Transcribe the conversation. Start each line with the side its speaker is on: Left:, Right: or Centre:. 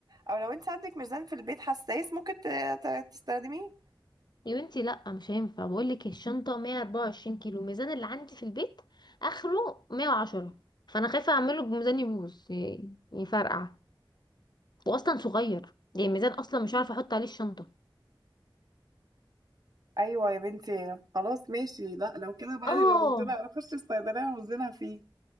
Right: أو لو أنت عندك ميزان في البيت حساس ممكن ت- ت- تستخدميه
Left: يا بنتي لا مش هينفع بقول لك الشنطة 124 كيلو الميزان اللي عندي في البيت اخره 110 فانا خايفة اعمله بميزان يبوظ ي- يفرقع واصلا صغير يعني الميزان اصلا مش عارفة احط عليه الشنطة
Right: أيوة يا بنتي خلاص ماشي لأ لو كده بقى
Left: اه
Right: لو وزنها نخش الصيدلية ونوزنها فيه